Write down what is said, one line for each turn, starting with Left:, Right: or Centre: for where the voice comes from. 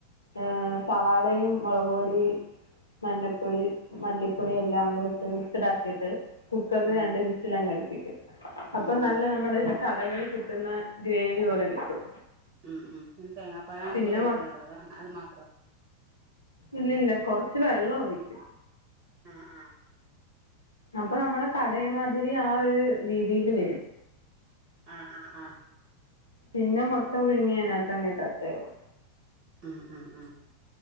Left: ഏഹ് സവാളയും മുളക്പൊടി മഞ്ഞൾപ്പൊടി മല്ലിപ്പൊടിയെല്ലാം കൂടെട്ട് മിക്സഡ് ആ ക്കീട്ട് കുക്കറിൽ
Right: ഉം
Left: രണ്ട് വിസിലങ്ങടിപ്പി അപ്പൊ
Right: ഉം
Left: നല്ല
Right: ഉം
Left: നമ്മുടെലെ കടകളി കിട്ടുന്ന ഗ്രേവി പോലെ കിട്ടും.
Right: ഉം ഉം പിന്നെ തേങ്ങാപാലങ്ങനെന്തെങ്കിലും
Left: പിന്നെ
Right: ഒഴിക്കണുണ്ടോ
Left: മൊ
Right: അതോ അത് മാത്രോ
Left: ഇല്ല ഇല്ല കൊറച്ച് വെള്ളം ഒഴിക്കും.
Right: ആ ആ
Left: അപ്പൊ നമ്മുടെ കടേമാതിരി ആ ഒരു രീതിയില് വരും.
Right: ആ ആ ആ
Left: പിന്നെ മൊട്ട പുഴുങ്ങി അതിനാത്തങ്ങ് ഇടത്തെ ഉള്ളൂ.
Right: ഉം ഉം ഉം